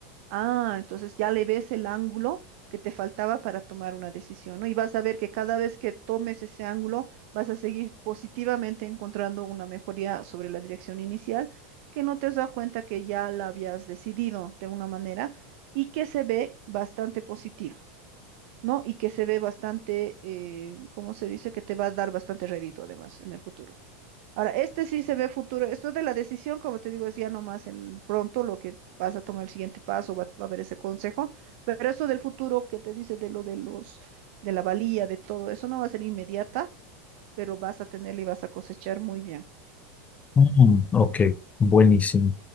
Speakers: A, on the right (about 60°); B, on the left (about 20°).
A: Ah, entonces ya le ves el ángulo que te faltaba para tomar una decisión, ¿no? Y vas a ver que cada vez que tomes ese ángulo, vas a seguir positivamente encontrando una mejoría sobre la dirección inicial, que no te has dado cuenta que ya la habías decidido de alguna manera y que se ve bastante positiva, ¿no? Y que se ve bastante, eh, ¿cómo se dice? Que te va a dar bastante rédito además en el futuro. Ahora, este sí se ve futuro. Esto de la decisión, como te digo, es ya nomás en pronto lo que vas a tomar el siguiente paso, va, va a haber ese consejo, pero eso del futuro que te dice de lo de los, de la valía, de todo, eso no va a ser inmediata, pero vas a tenerla y vas a cosechar muy bien.
B: Mm, ok, buenísimo.